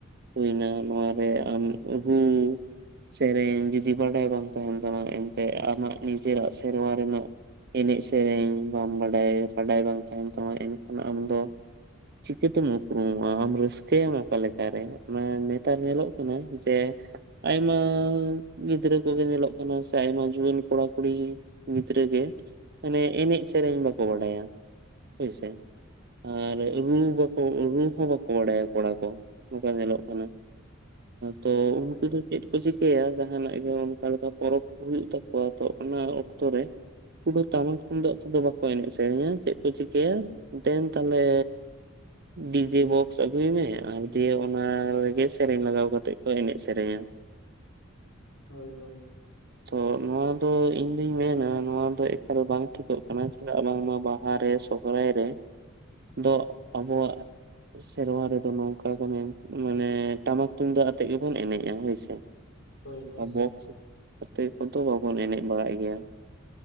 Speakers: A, on the right; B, on the left.
A: ᱦᱩᱭᱱᱟ ᱱᱚᱣᱟ ᱨᱮ ᱟᱢ ᱦᱩᱸᱻ ᱥᱮᱨᱮᱧ ᱡᱩᱫᱤ ᱵᱟᱰᱟᱭ ᱵᱟᱝ ᱛᱟᱦᱮᱸᱱ ᱛᱟᱢᱟ ᱮᱱᱛᱮᱜ ᱟᱢᱟᱜ ᱱᱤᱡᱮᱨᱟᱜ ᱥᱮᱨᱣᱟ ᱨᱮᱱᱟᱜ ᱮᱱᱮᱡ ᱥᱮᱨᱮᱧ ᱵᱟᱢ ᱵᱟᱰᱟᱭ ᱵᱟᱰᱟᱭ ᱵᱟᱝ ᱛᱟᱦᱮᱸᱱ ᱛᱟᱢᱟ ᱮᱱᱠᱷᱟᱱ ᱟᱢᱫᱚ, ᱪᱤᱠᱟᱹᱛᱮᱢ ᱩᱯᱨᱩᱢᱚᱜᱼᱟ ᱟᱢ ᱨᱟᱹᱥᱠᱟᱹᱭᱟᱢ ᱚᱠᱟ ᱞᱮᱠᱟᱨᱮ? ᱢᱟᱱᱮ ᱱᱮᱛᱟᱨ ᱧᱮᱞᱚᱜ ᱠᱟᱱᱟ ᱡᱮ ᱟᱭᱢᱟ ᱜᱤᱫᱽᱨᱟᱹ ᱠᱚ ᱜᱮ ᱧᱮᱞᱚᱜ ᱠᱟᱱᱟ ᱥᱮ ᱟᱭᱢᱟ ᱡᱩᱣᱟᱹᱱ ᱠᱚᱲᱟ ᱠᱩᱲᱤ ᱜᱤᱫᱽᱨᱟᱹ ᱜᱮ ᱢᱟᱱᱮ ᱮᱱᱮᱡ ᱥᱮᱨᱮᱧ ᱵᱟᱠᱚ ᱵᱟᱰᱟᱭᱟ᱾ ᱦᱳᱭᱥᱮ ᱟᱨ ᱨᱩ ᱵᱟ ᱚ ᱨᱩ ᱦᱚᱸ ᱵᱟᱠᱚ ᱵᱟᱲᱟᱭᱟ ᱠᱚᱲᱟ ᱠᱚ ᱱᱚᱝᱠᱟ ᱧᱮᱞᱚᱜ ᱠᱟᱱᱟ, ᱛᱚ
B: ᱦᱳᱭ
A: ᱩᱱᱠᱩ ᱫᱚ ᱪᱮᱫ ᱠᱚ ᱪᱤᱠᱟᱹᱭᱟ ᱡᱟᱦᱟᱸᱱᱟᱜ ᱜᱮ ᱚᱱᱠᱟ ᱞᱮᱠᱟ ᱯᱚᱨᱚᱵᱽ ᱦᱩᱭᱩᱜ ᱛᱟᱠᱚᱣᱟ ᱛᱚ ᱚᱱᱟ ᱚᱠᱛᱚᱨ ᱨᱮ ᱩᱱᱩᱠᱩ ᱫᱚ ᱛᱟᱢᱟᱞ ᱛᱩᱢᱫᱟᱜ ᱛᱮᱫᱚ ᱵᱟᱠᱚ ᱮᱱᱮᱡ ᱥᱮᱨᱮᱧᱟ, ᱪᱮᱫ ᱠᱚ ᱪᱤᱠᱟᱹᱭᱟ ᱫᱮᱱ ᱛᱟᱦᱚᱞᱮ ᱰᱤᱡᱮ ᱵᱚᱠᱥ ᱟᱹᱜᱩᱭ ᱢᱮ ᱟᱨ ᱫᱤᱭᱮ ᱚᱱᱟ ᱨᱮᱜᱮ ᱥᱮᱨᱮᱧ ᱞᱟᱜᱟᱣ ᱠᱟᱛᱮᱜ ᱠᱚ ᱮᱱᱮᱡ ᱥᱮᱨᱮᱧᱟ᱾
B: ᱦᱳᱭ ᱦᱳᱭ
A: ᱛᱚ ᱱᱚᱣᱟ ᱫᱚ ᱤᱧ ᱫᱩᱧ ᱢᱮᱱᱟ ᱱᱚᱣᱟ ᱫᱚ ᱮᱠᱟᱞ ᱵᱟᱝ ᱴᱷᱤᱠᱚᱜ ᱠᱟᱱᱟ ᱪᱮᱫᱟᱜ ᱵᱟᱝᱢᱟ ᱵᱟᱦᱟ ᱨᱮ ᱥᱚ ᱼᱼ ᱠᱚᱨᱟᱭ ᱨᱮ ᱫᱚ ᱟᱵᱚᱣᱟᱜ ᱼᱼ ᱥᱮᱨᱣᱟ ᱨᱮᱫᱚ ᱱᱚᱝᱠᱟ ᱠᱚ ᱢᱮᱱ ᱢᱟᱱᱮ ᱴᱟᱢᱟᱠ ᱛᱩᱢᱫᱟᱜ ᱟᱛᱮᱜ ᱜᱮᱵᱚᱱ ᱮᱱᱮᱡᱼᱟ ᱦᱳᱭ ᱥᱮ ᱾
B: ᱦᱳᱭ
A: ᱱᱚᱠᱟ
B: ᱦᱳᱭ
A: ᱵᱚᱠᱥ
B: ᱦᱳᱭ
A: ᱠᱚᱛᱮ ᱠᱚᱫᱚ ᱵᱟᱵᱚᱱ ᱮᱱᱮᱡ ᱵᱟᱲᱟᱜ ᱜᱮᱭᱟ ᱾